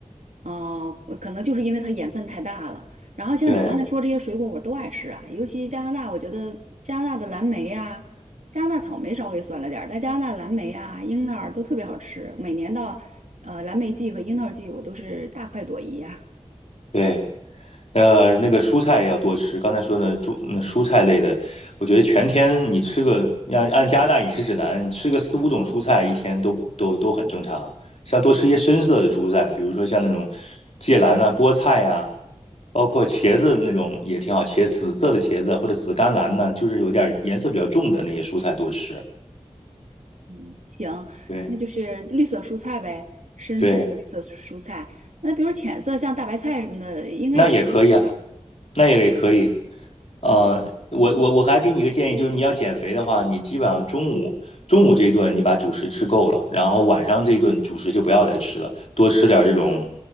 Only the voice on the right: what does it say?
哦，呃可能就是因为它盐分太大了。然后像你刚才说这些水果，
我都爱吃啊，尤其加拿大，我觉得加拿大的蓝莓呀、加拿大草莓稍微酸了点儿，但加拿大蓝莓啊、樱桃儿都特别好吃。每年到呃蓝莓季和樱桃季，我都是大快朵颐啊。
<laughs> 行，
那就是绿色蔬菜呗，深色的绿色蔬菜。
那比如浅色像大白菜什么的，应该也挺好的吧。